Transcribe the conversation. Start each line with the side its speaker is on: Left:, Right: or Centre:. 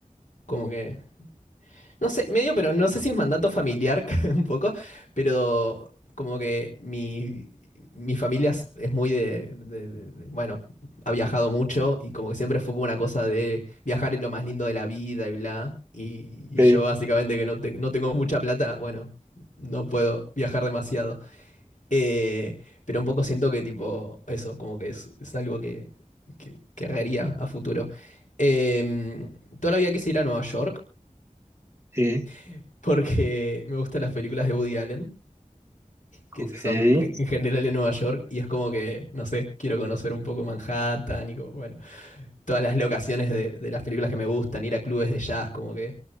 Left: como que, no sé, medio, pero no sé si es mandato familiar <laughs> un poco, pero como que mi, mi familia es es muy de, de- de- de- bueno, ha viajado mucho y como que siempre fue como una cosa de viajar es lo más lindo de la vida y bla. Y,
Right: Ok,
Left: y yo básicamente que no, te- no tengo mucha plata, bueno, no puedo viajar demasiado. Eh, pero un poco siento que tipo eso, como que es, es algo que, que, que haría a futuro. Eh, toda la vida quise ir a Nueva York
Right: sí,
Left: <laughs> porque me gustan las películas de Woody Allen, que
Right: ok.
Left: son en en general en Nueva York, y es como que, no sé, quiero conocer un poco Manhattan y como, bueno, todas las locaciones de, de las películas que me gustan, ir a clubes de jazz, como que...